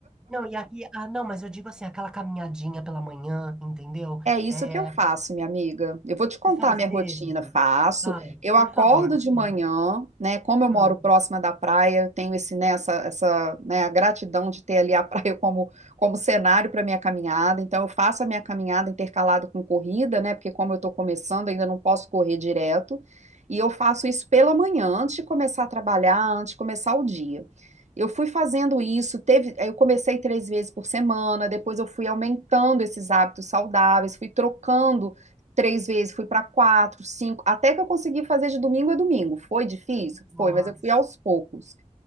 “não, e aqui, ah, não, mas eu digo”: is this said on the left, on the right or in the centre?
Centre